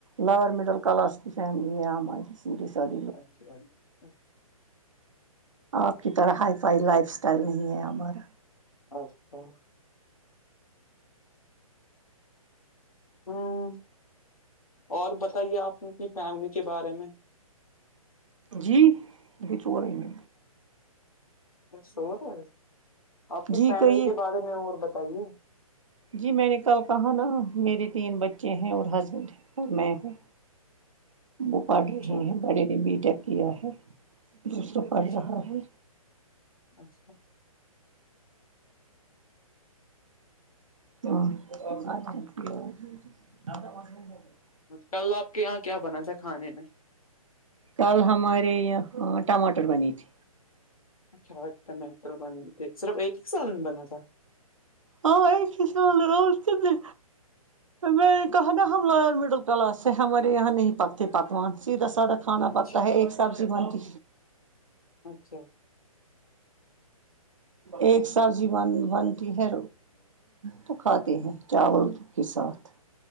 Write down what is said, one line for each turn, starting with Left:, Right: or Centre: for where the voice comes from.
Right: لوور مڈل کلاس کی فیملی آ مجس جی ساد
Left: اچھا اچھا
Right: آپ کی طرح ہائی فائی لائف اسٹائل نہیں ہے ہمارا
Left: اچھا ہوں اور بتائیے آپ کی فیملی کے بارے میں
Right: جی یہ چو رہ منے
Left: کیا سورہے ہو آپ کی
Right: جی
Left: فیملی
Right: کہیے
Left: کے بارے میں اور بتائیے
Right: جی میں نے کل کہا نا میرے تین بچے ہیں اور ہسبینڈ ہیں اور میں ہوں وہ پڑھ
Left: اچھا
Right: رہے ہیں بڑھے نے بی ٹیک کیا ہے دوسرا پڑھ
Left: اچھا
Right: رہا ہے
Left: اچھا
Right: اچھا
Left: کل آپ کے یہاں کیا بنا تھا کھانے میں
Right: کل ہمارے یہ ٹماٹر بنی تھی
Left: اچھا <unintelligible> صرف ایک ایک سالن بنا تھا
Right: ہاں ایک ہی سالن اور کتنے میں نے کہا نہ ہم لوگ میڈل کلا سے ہمارے یہاں نہیں پکتی پکوان سیدھا سادا کھانا
Left: اچھا
Right: پکتا ہے ایک سبزی بنتی
Left: اچھا
Right: ایک سبزی بن بنتی ہے تو کھاتے ہیں چاول کے ساتھ